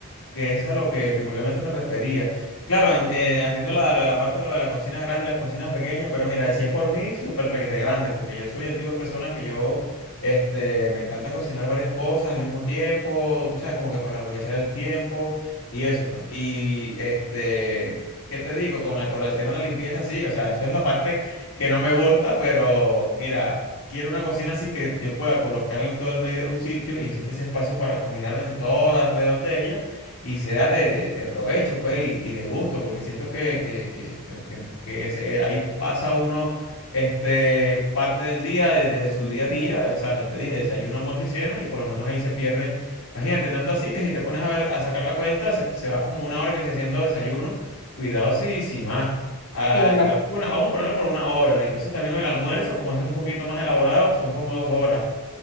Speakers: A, on the left (about 80°); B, on the left (about 50°).
A: que es a lo que primordialmente me refería. Claro, en- eh, entiendo la, la, la parte de lo de las cocinas grandes y las cocinas pequeñas, pero mira, si es por mí, súper requete grande, porque yo soy el tipo de persona que yo, este, me encanta cocinar varias cosas al mismo tiempo, tú sabes, como que para aprovechar el tiempo y eso, pues. Y, este, ¿qué te digo? Con el, por el tema de la limpieza, sí, o sea, eso es la parte que no me gusta, pero mira. Quiero una cocina así que yo pueda colocarla en todo el medio de un sitio y existe ese espacio para caminar en todo alrededor de ella y sea de, de- de provecho, pues, y, y de gusto, porque siento que, que, que- que- que- que es- eh, ahí pasa uno este, parte del día, de, de su día
B: ¿no?
A: a día, o sea, no te dije, desayuno, almuerzo y cena, y por lo menos ahí se pierden. Imagínate, tanto así que si te pones a ver, a sacar la cuenta, se, se va como una hora que se haciendo desayuno, cuidado si, si más. Ah,
B: Sí, ma-
A: digamos que una- vamos a ponerlo por una hora. Entonces también el almuerzo, como es un poquito más elaborado, son como dos horas.